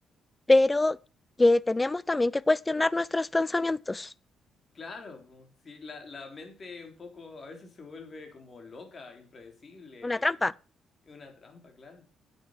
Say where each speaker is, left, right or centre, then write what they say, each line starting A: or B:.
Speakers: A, on the left (about 15°); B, on the left (about 35°).
A: pero que tenemos también que cuestionar nuestros pensamientos.
B: claro, po. sí, la, la mente un poco a veces se vuelve como loca, impredecible
A: Una
B: y
A: trampa.
B: es una trampa, claro.